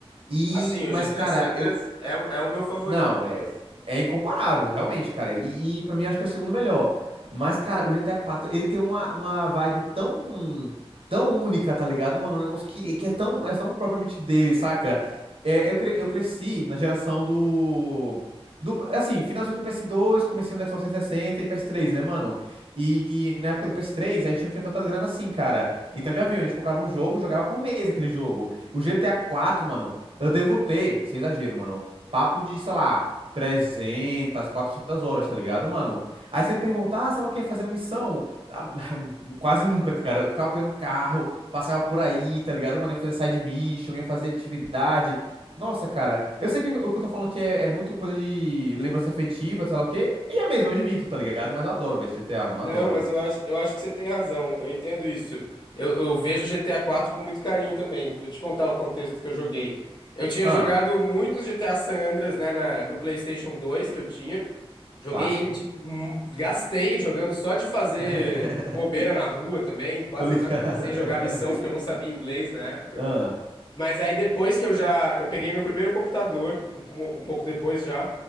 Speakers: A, on the right; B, on the left.
A: E,
B: Assim, o
A: mas,
B: GTA
A: cara,
B: San Andreas é, o- é o meu favorito,
A: Não,
B: talvez.
A: é, é incomparável, realmente, cara. E, e para mim acho que é o segundo melhor. Mas, cara, o GTA IV, ele tem uma, uma vibe tão, tão única, tá ligado, mano? Um negócio que, que é tão, é tão propriamente dele, saca? É, eu, cre- eu cresci na geração do, do. Assim, finalzinho do PS2, comecinho do Xbox 360 e ps três, né, mano? E, e na época do ps três a gente não tinha tanta grana assim, cara. Então já viu, né? A gente comprava um jogo, jogava por mês aquele jogo. O GTA IV, mano, eu devo ter, sem exagero, mano. Papo de, sei lá, trezentas quatrocentas horas, tá ligado, mano? Aí você pergunta, ah, sei lá o que, fazendo missão. Ah, <laughs> quase nunca, cara. Eu ficava pegando carro, passava por aí, tá ligado, mano? Ia fazer side mission, ia fazer atividade. Nossa, cara, eu sei que o que eu tô falando aqui é, é muito coisa de lembrança afetiva, sei lá o quê. E é mesmo, eu admito, tá ligado? Mas eu adoro ver esse GTA, mano,
B: Não,
A: eu adoro.
B: mas eu acho, eu acho que você tem razão. Eu entendo isso. Eu, eu vejo GTA IV com muito carinho também. Deixa eu te contar o contexto que eu joguei. Eu tinha
A: Ah,
B: jogado muito GTA San Andreas, né, na- no PlayStation 2 que eu tinha. Joguei
A: clássico.
B: ele de. hum, Gastei jogando só de fazer
A: <laughs>
B: bobeira na rua também, quase
A: Tô ligado.
B: na- na- sem jogar missão, porque
A: <laughs>
B: eu não sabia inglês na época.
A: Ah,
B: Mas aí depois que eu já. Eu peguei meu primeiro computador, um, po- um pouco depois já.